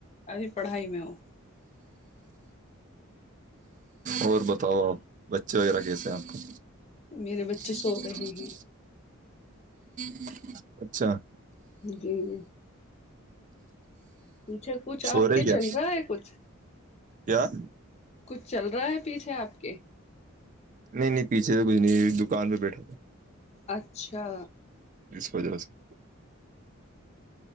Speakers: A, on the left; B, on the right.
A: ابھی پڑھائی میں ا
B: اور بتاؤ آپ بچے وغیرہ کیسے ہیں آپ کو
A: میرے بچے
B: ج
A: سو رہے
B: ج
A: ہیں
B: <inaudible> اچھا <inaudible>
A: جی جی پیچھے کچھ
B: سو
A: آپ
B: رہے
A: کے
B: کیا
A: چل رہا ہے کچھ
B: کیا <inaudible>
A: کچھ چل رہا ہے پیچھے آپ کے
B: نہیں نہیں پیچھے تو کچھ نہیں دکان پہ بیٹھا تھا
A: اچھا
B: سجا سے <inaudible>